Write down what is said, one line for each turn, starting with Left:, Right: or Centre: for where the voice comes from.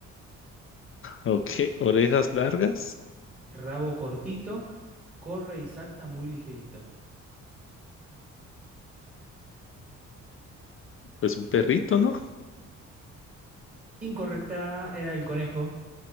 Left: Ok, orejas largas.
Right: Rabo cortito, corre y salta muy ligerito.
Left: Pues un perrito, ¿no?
Right: Incorrecta era el conejo.